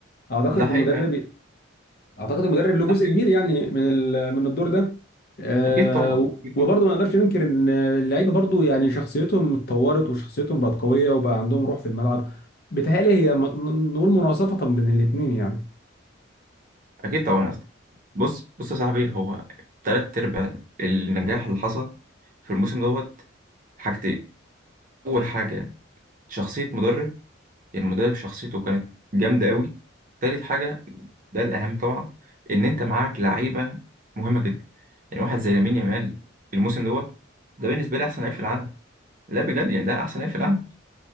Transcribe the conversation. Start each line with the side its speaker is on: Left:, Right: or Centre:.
Left: اعتقد
Right: ده حقيقي
Left: المدرب
Right: فعلا
Left: اعتقد المدرب له جزء
Right: ده حقيقي
Left: كبير يعني من ال- من الدور ده آه،
Right: اكيد طبعا
Left: و-
Right: اكيد
Left: وبرضه
Right: طبعا
Left: ما نقدرش ننكر ان اللعيبه برضه يعني شخصيتهم اتطورت وشخصيتهم بقت قويه وبقى عندهم روح في الملعب بتهيألي هي م- نقول مناصفه بين الاثنين يعني
Right: اكيد طبعا يا اسطى بص بص يا صاحبي هو تلات ارباع النجاح اللي حصل في الموسم دوت حاجتين اول حاجه شخصيه مدرب يعني المدرب شخصيته كانت جامده قوي تالت حاجه ده الاهم طبعا ان انت معاك لعيبه مهمه جدا يعني واحد زي لامين يامال الموسم دوت ده بالنسبه لي احسن لعيب في العالم لا بجد يعني ده احسن لعيب في العالم